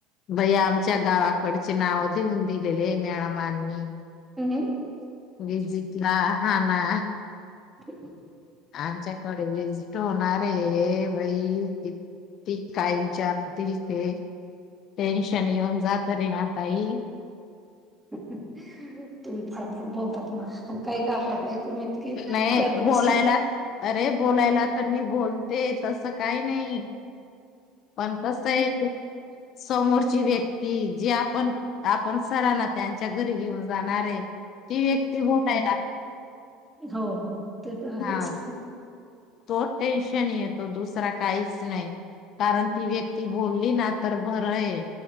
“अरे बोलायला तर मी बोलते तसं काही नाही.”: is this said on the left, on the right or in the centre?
Left